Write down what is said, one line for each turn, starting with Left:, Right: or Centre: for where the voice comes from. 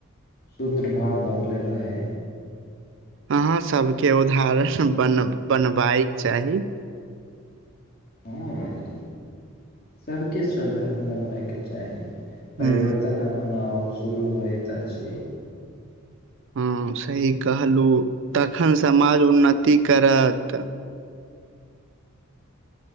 Left: शुद्र भाव बदलै रहै।
Right: अहाँ सबके उदाहरण बन बनबायक चाही।
Left: हाए, सबके साधारण बनबैके चाही, परिवर्त
Right: हूँ
Left: तना पना ऊ शुरू होइत अछी।
Right: हँ सही कहलहु, तखन समाज उन्नति करत।